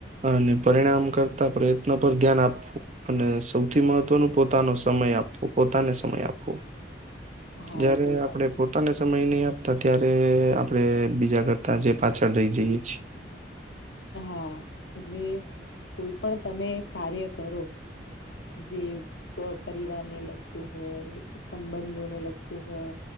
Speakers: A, on the right; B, on the left.
A: અને પરિણામ કરતા પ્રયત્ન પર ધ્યાન આપવું, અને સૌથી મહત્વનો પોતાનો સમય આપવો પોતાને સમય આપવો.
B: હા
A: જયારે
B: એ તો સાચી
A: આપડે પોતાને, સમય નહી આપતા ત્યારે આપડે બીજા કરતા જે પાછળ રહી જઈએે છીએ,
B: હા, એટલે કોઈ પણ તમે કાર્ય કરો, જે પરિવાર ને લગતું હોય સંબંધોને લગતું હોય,